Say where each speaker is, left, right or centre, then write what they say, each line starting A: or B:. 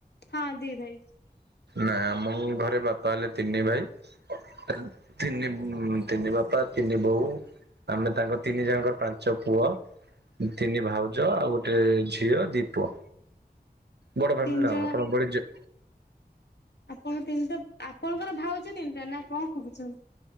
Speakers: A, on the left (about 85°); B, on the right (about 85°).
A: ହଁ ଦି ଭାଇ।
B: ନାଇଁ ଆମ ଘରେ ବାପା ହେଲେ ତିନି ଭାଇ ତିନ ତିନି ତିନି ବାପା ତିନି ବୋଉ ଆମେ ତାଙ୍କ ତିନି ଜଣଙ୍କର ପାଞ୍ଚ ପୁଅ, ତିନି ଭାଉଜ ଆଉ ଗୋଟେ ଗୋଟିଏ ଝିଅ ଦି ପୁଅ। ବଡ ଫ୍ୟାମିଲିଟା
A: ତିନି ଜଣ
B: ଆଉ। ଆପଣଙ୍କ ଭଳି ଯେ
A: କଣ ତିନିଟା, ଆପଣଙ୍କର ଭାଉଜ ତିନିଟା ନା କଣ? କହୁଛନ୍ତି?